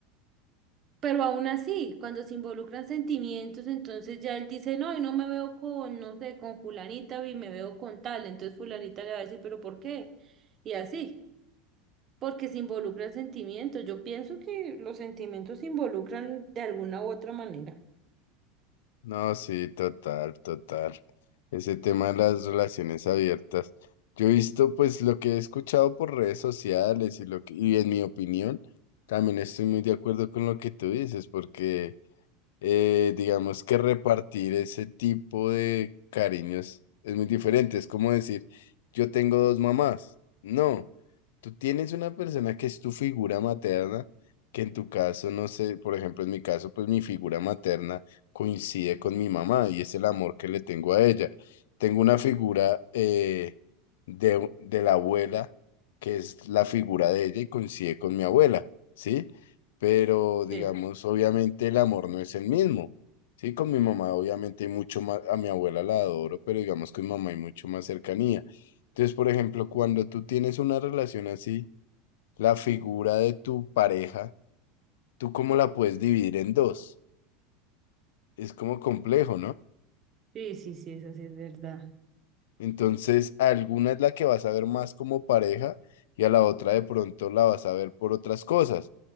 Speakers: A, on the right; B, on the left.
A: Pero aún así, cuando se involucran sentimientos, entonces ya él dice, no, y no me veo con, no sé, con fulanita, y me veo con tal. Entonces fulanita le va a decir, pero ¿por qué? Y así. porque se involucran sentimientos. Yo pienso que los sentimientos se involucran de alguna u otra manera.
B: No, sí, total, total. Ese tema de las relaciones abiertas. Yo he visto, pues, lo que he escuchado por redes sociales y lo que, y en mi opinión, también estoy muy de acuerdo con lo que tú dices, porque eh, digamos que repartir ese tipo de cariños es muy diferente. Es como decir, yo tengo dos mamás. No, tú tienes una persona que es tu figura materna, que en tu caso, no sé, por ejemplo, en mi caso, pues mi figura materna coincide con mi mamá y es el amor que le tengo a ella. Tengo una figura eh, de, de la abuela, que es la figura de ella y coincide con mi abuela, ¿sí? pero digamos,
A: Sí,
B: obviamente el amor no es el mismo. Sí, con mi mamá obviamente hay mucho más, a mi abuela la adoro, pero digamos que mi mamá hay mucho más cercanía. Entonces, por ejemplo, cuando tú tienes una relación así, la figura de tu pareja, ¿tú cómo la puedes dividir en dos? Es como complejo, ¿no?
A: sí, sí, sí, eso sí es verdad.
B: Entonces, alguna es la que vas a ver más como pareja y a la otra de pronto la vas a ver por otras cosas,